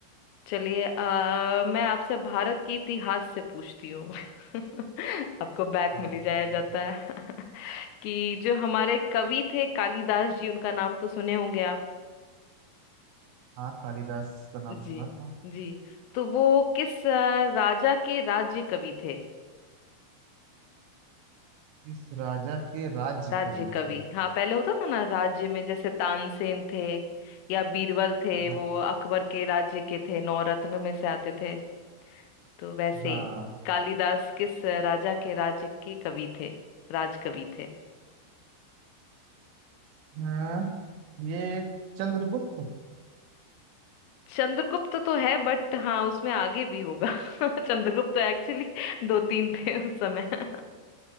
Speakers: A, on the left (about 85°); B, on the right (about 80°).
A: चलिए आ, मैं आपसे भारत के इतिहास से पूछती हूँ <laughs> आपको बैक
B: हाँ
A: मिल ही जाया जाता है <laughs> कि जो हमारे कवि थे कालिदास जी उनका नाम तो सुने होंगे आप
B: हाँ, कालिदास का नाम
A: जी
B: सुना था
A: जी तो वो किस अ, राजा के राज्य कवि थे
B: किस राजा के राज्य
A: राज्य
B: कवि
A: कवि
B: थे
A: हाँ पहले होता था ना राज्य में जैसे तानसेन थे या बीरबल थे वो
B: हाँ
A: अकबर के राज्य के थे नौरत्न में से आते थे तो वैसे
B: हाँ
A: ही कालिदास किस राजा के राज्य के कवि थे राजकवि थे
B: हाँ, ये चंद्रगुप्त
A: चंद्रगुप्त तो है बट हाँ उसमें आगे भी होगा <laughs> चंद्रगुप्त तो एक्चुअली दो तीन थे उस समय <laughs>